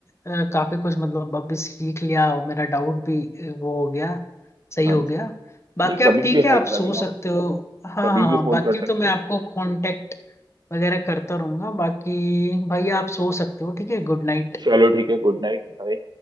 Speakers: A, on the left (about 30°); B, on the right (about 55°).
A: अ, काफी कुछ मतलब अभी सीख लिया और मेरा डाउट भी अ, वो हो गया सही
B: हाँ
A: हो
B: जी
A: गया बाकी
B: नहीं
A: आप
B: कभी
A: ठीक
B: भी
A: है आप
B: हेल्प लगे
A: सो
B: आप
A: सकते हो हाँ
B: कभी
A: हाँ
B: भी
A: हाँ
B: फोन
A: बाकी
B: कर सकते
A: तो मैं
B: हो
A: आपको कांटेक्ट वगैरह करता रहूंगा बाकी भैया आप सो सकते हो ठीक है गुड नाइट
B: चलो ठीक है गुड नाइट बाय